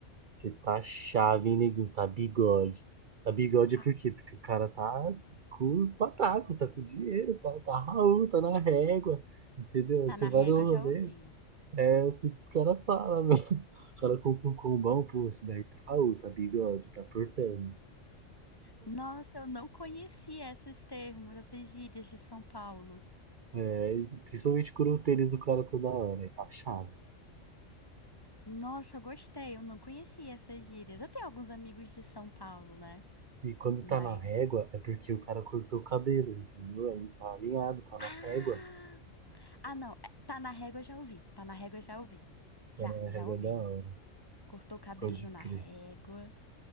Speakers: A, on the right; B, on the left.
A: Você tá chave, hein, neguinho? Tá bigode. Tá bigode é
B: Ah,
A: por quê? Porque o cara tá com os patacos, tá com dinheiro, tá, tá Raul, tá na régua, entendeu? Você
B: tá na
A: vai
B: régua,
A: no
B: já
A: rolê,
B: ouvi.
A: é assim que os caras falam, meu. <laughs> O cara compra um combão, pô, esse daí tá Raul, tá bigode, tá portando.
B: Nossa, eu não conhecia esses termos, essas gírias de São Paulo.
A: É, e principalmente quando o tênis do cara toda hora, aí tá chave.
B: Nossa, eu gostei, eu não conhecia essas gírias. Eu tenho alguns amigos de São Paulo, né?
A: E quando
B: Mas.
A: tá na régua, é porque o cara cortou o cabelo, entendeu? Aí tá alinhado, tá na
B: Ah!
A: régua,
B: Ah, não, é, tá na régua, já ouvi. Tá na régua, já ouvi. Já,
A: tá na
B: já
A: régua
B: ouvi.
A: da hora.
B: Cortou o cabelinho
A: Pode
B: na
A: crer.
B: régua.